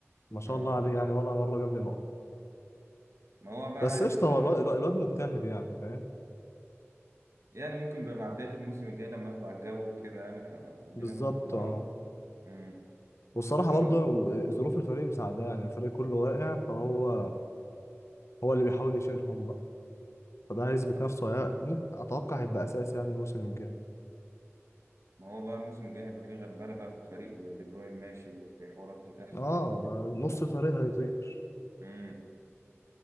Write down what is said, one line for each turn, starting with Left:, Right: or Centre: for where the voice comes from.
Left: ما شاء
Right: اه
Left: الله عليه يعني ولا مره جاب لي نقط
Right: ما هو بقى
Left: بس
Right: عارف
Left: قشطه
Right: انت
Left: هو
Right: بقى
Left: الواد الواد مجتهد يعني فاهم
Right: يعني ممكن بقى مع بداية الموسم الجاي لما اخد على الجو وكده يعني فالدنيا
Left: بالظبط
Right: تظبط معايا
Left: اه
Right: اكتر امم
Left: والصراحة
Right: تقدر
Left: برضه ظروف الفريق مساعدة يعني الفريق كله واقع فهو هو اللي بيحاول يشيلهم بقى فده هيثبت
Right: ما
Left: نفسه هي... ممكن اتوقع هيبقى اساس يعني الموسم الجاي
Right: ما هو بقى الموسم الجاي هيبقى فيه غربلة بقى في الفريق ودي بروين ماشي وفي حوارات هتحصل
Left: اه
Right: يعني
Left: ده نص الفريق هيطير
Right: امم